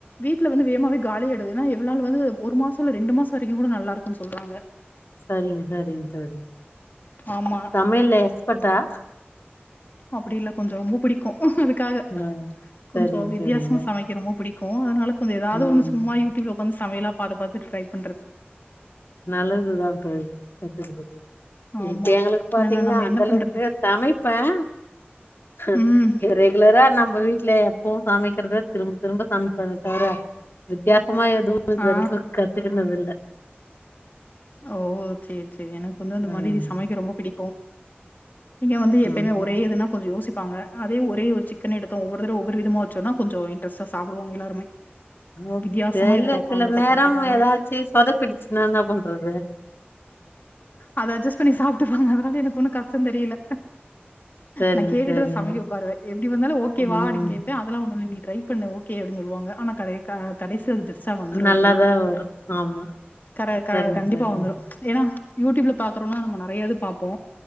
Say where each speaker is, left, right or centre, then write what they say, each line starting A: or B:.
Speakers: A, on the left (about 50°); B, on the left (about 65°).
A: வீட்ல வந்து வேமாவே காலி ஆய்டு ஏனா எல்லால் வந்து ஒரு மாசம் இல்ல ரெண்டு மாசம் வரைக்கு கூட நல்லா இருக்குனு சொல்றாங்க
B: சரிங்க சரிங்க சரிங்க
A: ஆமா
B: சமையல்ல எக்ஸ்பர்ட்டா
A: அப்படி இல்ல கொஞ்சம் ரொம்ப பிடிக்கும் அதுக்காக
B: ம் சரிங்க
A: கொஞ்சம் வித்தியாசமா
B: சரிங்க
A: சமைக் ரொம்ப பிடிக்கும் அதனால கொஞ்சம் எதாவது
B: ம்
A: சும்மா யூடியூப்ல ஒக்காந்து சமையலா பாத்து பாத்து ட்ரை பண்றது
B: நல்லதுதா தோழி கத்துக்குறது
A: ஆமா
B: இப்ப எங்களுக்கு
A: என்னன்னா
B: பாத்தீங்கன்னா
A: நம்ம
B: அந்த
A: என்ன
B: அளவுக்கு
A: பண்றது
B: சமைப்பே ஆ
A: ம்
B: இவரு ரெகுலரா நம்ம வீட்டுல எப்பவும் சமைக்கிறத திரும்ப திரும்ப சமைப்பது தவிர வித்தியாசமா எதுவு இது
A: ஆ
B: வரைக்கும் கத்துக்கினது இல்ல
A: ஓ சேரி சேரி எனக்கு வந்து அந்த
B: ம்
A: மாரி சமைக்க ரொம்ப பிடிக்கு நீங்க வந்து எப்பயுமே
B: ம்
A: ஒரே இதுனா கொஞ்ச யோசிப்பாங்க அதே ஒரே‌ஒரு‌ சிக்கன் எடுத்த ஒவ்வொரு தடவையு ஒவ்வொரு விதமா வச்சோம்னா கொஞ்சம் இன்ர்டஸ்ட்சா சாப்பிடுவாங்க எல்லாருமே
B: ஓகே
A: வித்தியாசமா
B: இல்ல
A: எதிர்பார்ப்பாங்க
B: சில
A: பசங்க
B: நேர
A: எல்லாருமே.
B: எதாச்சு சொதப்பிடிச்சுன்னா என்ன பண்றது
A: அத அட்ஜஸ்ட் பண்ணி சாப்டுபாங்க வேற என்ன ஒன்னும் கஷ்ட தெரியல
B: சரிங்க
A: நா கேட்டுட்டுதா
B: சரிங்க
A: நா சமைக்க உக்காருவே எப்டி வந்தாலு ஓகே வா
B: ம்
A: அப்டினு அதெல்லா ஒண்ணு இல்ல‌ நீ ட்ரை பண்ணு ஓகே அப்படினு சொல்லுவாங்க ஆனா கடே கா கடைசியா அது பெஸ்ட்டா வந்துரும்
B: நல்லாதா
A: எப்டியுமே
B: வரு ஆமா
A: கரே க
B: சரிங்க
A: கண்டிப்பா
B: சரிங்க
A: வந்துடும் ஏன்னா யூடியூப்ல பா்கறோம்னா நம்ம நறையாது பாப்போ